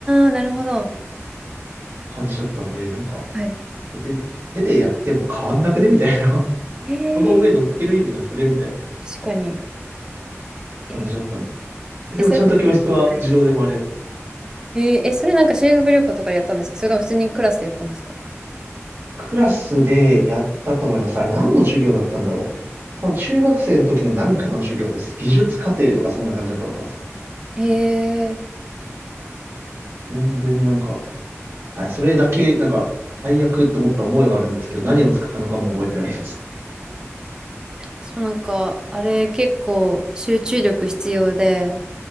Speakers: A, on the right; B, on the right.
A: あ、なるほど。
B: 感じだったんで、なんか、
A: はい。
B: 別に手でやっても変わんなくねみたいな。<laughs>
A: えー、
B: この上乗っける意味なくねみたいな
A: 確かに。えー、
B: 感じだったんです。えでもちゃんと教室は自動で回るやつですか
A: え、それ、はいえーえ、それなんか修学旅行とかでやったんですかそれとも普通にクラスでやったんですか
B: クラスでやったと思います。あれ何の授業だったんだろう。多分中学生の時のなんかの授業です。技術課程とかそんな感じだと思います。
A: えー、
B: 全然なんか、はい、それだけ、なんか、最悪って思った思いはあるんですけど、何を作ったのかも覚えてないです。
A: そうなんか、あれ結構集中力必要で、